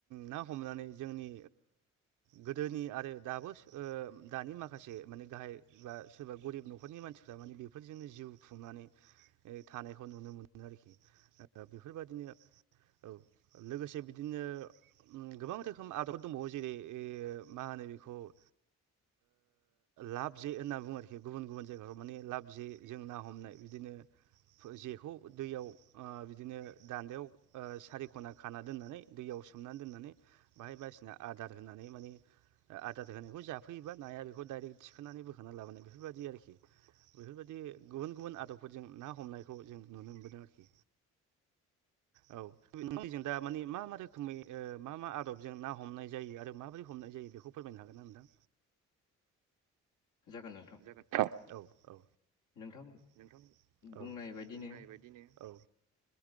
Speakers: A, on the right (about 80°); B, on the left (about 75°).
A: ना हमनानै जोंनि गोदोनि आरो दाबो दानि माखासे से माने गाहाय बा सोरबा गरिब नखरनि मानसिफ्रा माने बेफोरजोंनो जिउ खुंनानै थानायखौ नुनो मोनो आरोखि बेफोरबादिनो औ लोगोसे बिदिनो गोबां रोखोम आदबफोर दंबावो जेरै मा होनो बेखौ ओ लाब जे होनना बु आर गुबुन गुबुन जायगायाव माने लाब जे जों ना हमनाय बिदिनो जेखौ दैयाव ओ बिदिनो दान्दायाव ओ सारि ख'ना खाना दोननानै दैयाव सोमनानै दोननानै बाहाय बायसिना आदार होनानै मानि आदार होनायखौ जाफैयोबा नाया बेखौ डाइरेक्ट थिखोनानै बोखोना लाबोनाय बेफोरबायदि आरोखि बेफोरबायदि गुबुन गुबुन आदबफोरजों ना हमनायखौ जों नुनो मोनबोदों आरोखि। औ नोंथांनिजों दा मानि मा मा रोखोमै ओ मा मा आदबजों ना हमनाय जायो आरो माबोरै हमनाय जायो बेखौ फोरमायनो हागोन ना नोंथां?
B: जागोन नोंथां
A: जागोन औ औ
B: नोंथां
A: नोंथां औ
B: बुंनाय बायदिनो
A: बुंनाय बायदिनो औ